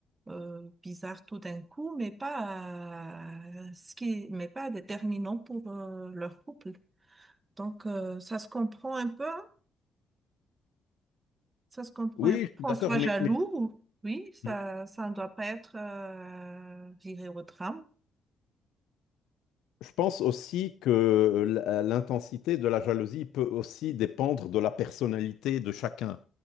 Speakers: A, on the right; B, on the left.
A: euh, bizarre tout d'un coup, mais pas, euh, ce qui, mais pas déterminant pour euh, leur couple. Donc, euh, ça se comprend un peu, hein? Ça se comprend.
B: Oui,
A: Et puis,
B: je suis
A: Qu'on
B: d'accord,
A: soit
B: mais,
A: jaloux, ou- oui, ça,
B: mais-
A: ça ne doit pas être euh, viré au tram.
B: Je pense aussi que la- l'intensité de la jalousie peut aussi dépendre de la personnalité de chacun.